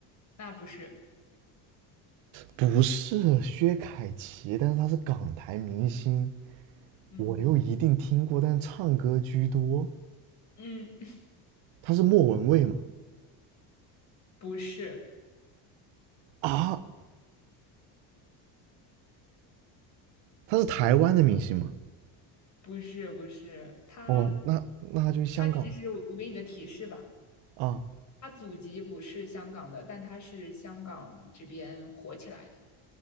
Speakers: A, on the left; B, on the right.
A: 那不是，
B: 不是薛凯琪，但是他是港台明星，
A: 嗯
B: 我又一定听过，但是唱歌居多。
A: 嗯，<laughs>
B: 他是莫文蔚吗？
A: 不是，
B: 啊，他是台湾的明星吗？
A: 不是，不是，他
B: 哦，那那他就是香港
A: 他其实我我给你个提示吧，
B: 啊，
A: 他祖籍不是香港的，但他是香港这边火起来的。